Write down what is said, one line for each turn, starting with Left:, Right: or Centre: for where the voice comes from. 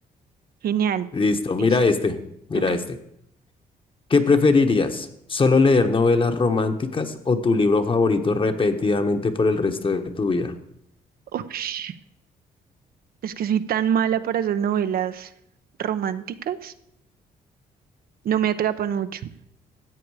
Right: genial.
Left: listo, mira
Right: Listo.
Left: este, mira
Right: Ok.
Left: este. ¿Qué preferirías? ¿Solo leer novelas románticas o tu libro favorito repetidamente por el resto de tu vida?
Right: Ush, es que soy tan mala para esas novelas románticas. No me atrapan mucho.